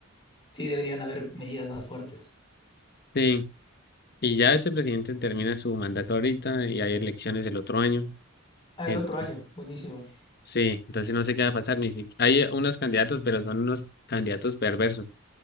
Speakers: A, on the left (about 25°); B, on the left (about 50°).
A: sí deberían haber medidas más fuertes.
B: Sí. Y ya este presidente termina su mandato ahorita y hay elecciones el otro año.
A: Ah,
B: Entonces,
A: el otro año, buenísimo.
B: sí, entonces no sé qué va a pasar. Ni si, hay unos candidatos, pero son unos candidatos perversos.